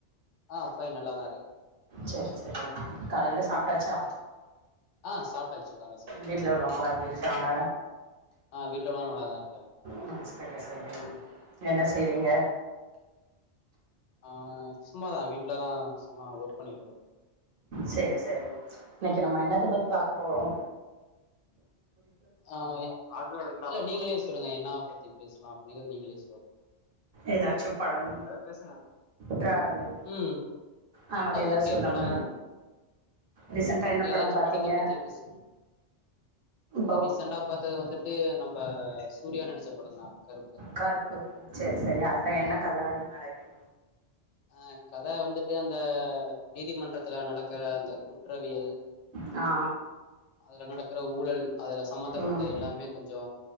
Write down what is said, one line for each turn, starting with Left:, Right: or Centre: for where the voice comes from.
Left: ஆ ஃபைன் நல்லா தா இருக்கு
Right: சேர் சேர் காலைல சாப்ட்டாச்சா
Left: ஆ சாப்பிட்டாச்சு கால்ல
Right: வீட்ல உள்ளவங்கல்லா எப்டி இருக்காங்க
Left: ஆ வீ்ட்ல உள்ளவங்க நல்லாதா இருக்காங்க சொல்ங்
Right: ம் செரி செரிங் என்ன செய்றீங்க
Left: ஆ சும்மாதா வீட்ல தா சும்மா ஒர்க் பண்ணிட்டு இரு
Right: செரி செரிங் இன்னைக்கு நம்ம என்னத்த பத்தி பாக்க போறோ
Left: ஆ இல்ல நீங்களே சொல்லுங்க என்னா பத்தி பேஸ்லா அப்டிங்கறது நீங்களே சொல்லுங்க
Right: ஏதாச்சும் படம்
Left: ஏதாவது பேசுங்க
Right: ட்ராவலு
Left: ம்
Right: ஆ வேற எதாவது
Left: ஓகே
Right: சொல்லுங்க
Left: படம்
Right: ரீசெண்டா
Left: ஓகே
Right: என்ன
Left: ஏதாச்சும்
Right: படம் பாத்தீங்க
Left: படத்த பத்தி பேசுங்
Right: போ
Left: ரீசன்ட்டா பாத்தது வந்துட்டு நம்ம சூர்யா நடிச்ச படம் தா கருப்பு
Right: கருப்பு சேர் செரி அதுல
Left: ஆமா
Right: என்ன கத நரேக்கு
Left: அ கத வந்துட்டு அந்த நீதிமன்றத்துல நடக்கற அந்த குற்றவியல்
Right: ஆ
Left: அதுல நடக்கற ஊழல் அதுல சம்பந்தப்பட்ட
Right: ம்
Left: எல்லாமே கொஞ்சோ